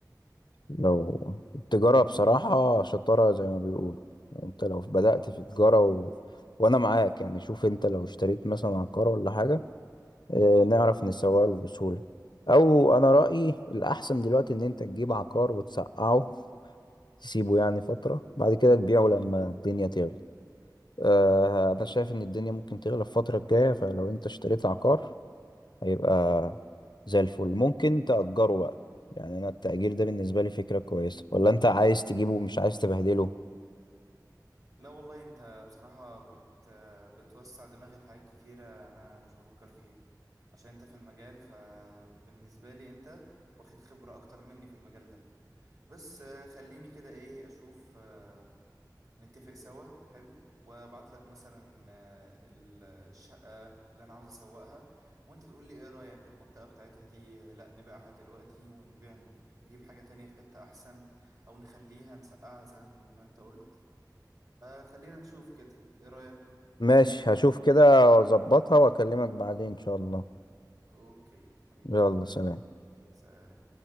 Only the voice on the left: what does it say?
لو التجارة بصراحة شطارة زي ما بيقولوا انت لو بدأت في تجارة و... وانا معاك يعني شوف انت لو اشتريت مثلا عقار ولا حاجة اه نعرف نسوق له بسهولة او انا رأيي الاحسن دلوقتي ان انت تجيب عقار وتسقعه تسيبه يعني فترة بعد كده تبيعه
لما الدنيا تغلى اه انا شايف ان الدنيا ممكن تغلى الفترة الجاية فلو انت اشتريت عقار هيبقى زي الفل ممكن تأجره بقى يعني أنا التأجير ده بالنسبة لي فكرة كويسة ولا أنت عايز تجيبه ومش عايز تبهدله
ماشي هشوف كده وأظبطها وأكلمك بعدين إن شاء الله
يلا سلام